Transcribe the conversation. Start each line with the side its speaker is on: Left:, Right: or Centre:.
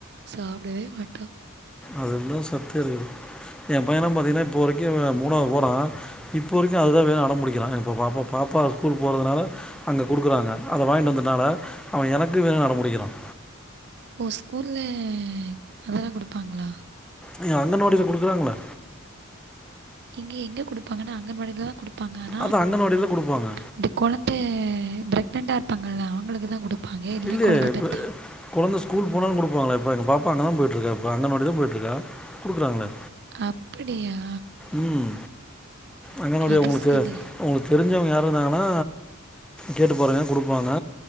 Right: சாப்டவே மாட்டா
Centre: அதுலதா சத்தே இருக்குது என் பையன பாத்தீங்கன்னா இப்போ வரைக்கு மூணாவது போறான் இப்போ வரைக்கு அதுதா வேணு அடம் புடிக்கிறான் இப்ப பாப்பா பாப்பா ஸ்கூல் போறதுனால அங்க குடுக்கறாங்க அத வாங்கிட்டு வந்தனால அவன் எனக்கு வேணுன்னு அடம்புடிக்கிறான்
Right: ஓ ஸ்கூல்ல அதெல்லாம் குடுப்பாங்ளா
Centre: நீ அந்த நோட்டீஸ் கொடுக்குறாங்களா
Right: இங்கே எங்கே கொடுப்பாங்கன்னா அங்கன்வாடில தான் கொடுப்பாங்க ஆனா
Centre: அது அங்கன்வாடில குடுப்பாங்க
Right: இந்த கொழந்த பிரெக்னன்ட்டா இருப்பாங்கல்ல அவங்களுக்கு தான் கொடுப்பாங்க இல்ல
Centre: இல்லயே
Right: கொழந்த
Centre: இப்ப
Right: பெத்தா
Centre: கொழந்த ஸ்கூல் போனாலு கொடுப்பாங்க இப்ப எங்க பாப்பா அங்க தான் போயிட்டுருக்கா இப்ப அங்கன்வாடி தான் போய்ட்டுருக்கா குடுக்குறாங்களே
Right: அப்டியா
Centre: ம் அங்கன்வாடியா
Right: அது
Centre: உங்களுக்கு
Right: சரி
Centre: உங்களுக்கு தெரிஞ்சவங்க யாரு இருந்தாங்கன்னா கேட்டு பாருங்க குடுப்பாங்க